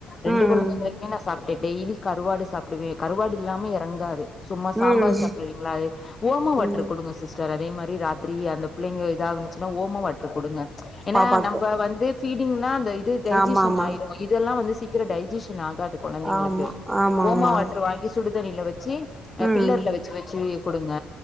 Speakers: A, on the left; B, on the right.
A: ரெண்டு
B: ம்
A: கொழந்தைகளுக்மே நா சாப்ட்ட டெய்லி கருவாடு சாப்டுவே கருவாடு இல்லாம எறங்காது சும்மா சாம்பார்
B: ம்
A: சாப்டுவிங்களா அது ஓமா வாட்டரு
B: ம்
A: குடுங்க சிஸ்டர் அதே மாரி ராத்திரி அந்த பிள்ளைங்க இதாகுன்சுனா ஓமா வாட்ரு குடுங்க ஏனா
B: பாப்பாக்கு
A: நம்ப வந்து பீடிங்னா அந்த இது டைஜிஷின்
B: ஆமா ஆமா
A: ஆயிடு இதெல்லா வந்து சீக்கிரோ டைஜிஷின் ஆகாது கொழந்தைங்களுக்கு
B: ஆமா ஆமா
A: ஓமா
B: ஆமா
A: வாட்ரு
B: ம்
A: வாங்கி சுடு தண்ணில வச்சி அ
B: ம்
A: பில்லர்ல வச்சி வச்சி குடுங்க